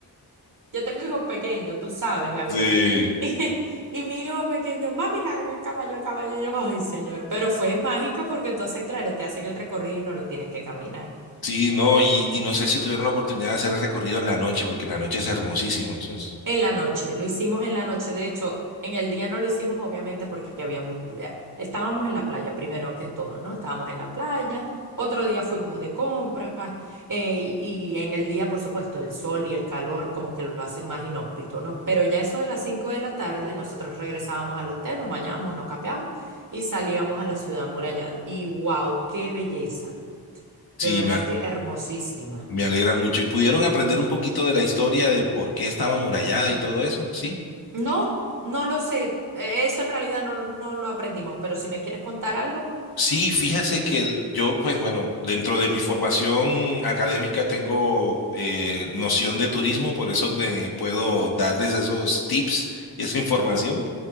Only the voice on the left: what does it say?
Sí.
Sí, no, y, y no sé si tuvieron la oportunidad de hacer el recorrido en la noche, porque en la noche es hermosísimo. Eso es-
sí,
me, a-
me alegra mucho. ¿Y pudieron aprender un poquito de la historia de por qué estaba amurallada y todo eso? Sí.
Sí, fíjese que el- yo, pues bueno, dentro de mi formación académica tengo eh, noción de turismo, por eso me puedo darles esos tips y esa información.